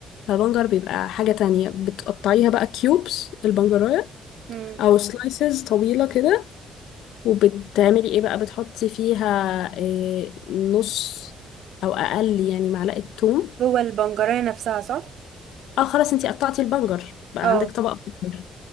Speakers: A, on the left (about 85°); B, on the right (about 70°).
A: فالبنجر بيبقى حاجة تانية بتقطعيها بقى كيوبس البنجراية
B: مم.
A: أو سلايسز طويلة كده وبتعملي إيه بقى بتحطي فيها إيه نص أو أقل يعني معلقة توم
B: جوه البنجرية نفسها صح؟
A: اه خلاص انتي قطعتي البنجر بقى
B: اه
A: عندك طبق بنجر